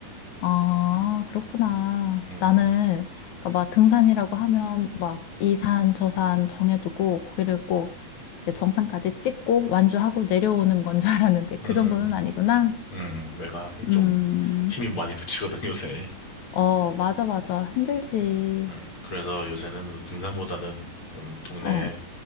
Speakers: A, on the left; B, on the left.
A: 아, 그렇구나.
B: 응응.
A: 나는, 그러니까 막 등산이라고 하면 막 이 산, 저 산 정해두고 거기를 꼭 이제 정상까지 찍고 완주하고 내려오는 건 줄 알았는데
B: 음,
A: 그 정도는 아니구나.
B: 음. 음. 내가 좀
A: 음,
B: 힘이 많이 <laughs> 붙이거든, 요새.
A: 어, 맞아, 맞아. 힘들지.
B: 음, 그래서 요새는 등산보다는 좀 동네
A: 어,